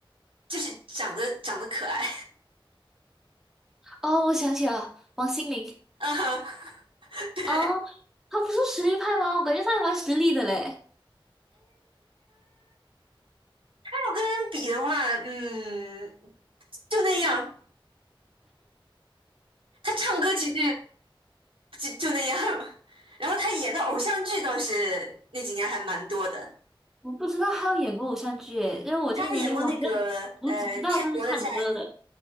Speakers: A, on the right (about 75°); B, in the centre.
A: 就是长得长得可爱，
B: 哦，我想起了王心凌
A: <laughs> 嗯哼，<laughs> 对。
B: 啊，他不是实力派吗？我感觉他还蛮实力的嘞，
A: 要跟人比的话，嗯，就那样。他唱歌其实就就那样，<laughs> 然后他演的偶像剧倒是那几年还蛮多的。
B: 我不知道他有演过偶像剧耶，因为我这个年龄，
A: 他还演过那个呃《天国的嫁衣》，
B: 我好像我只知道他是唱歌的。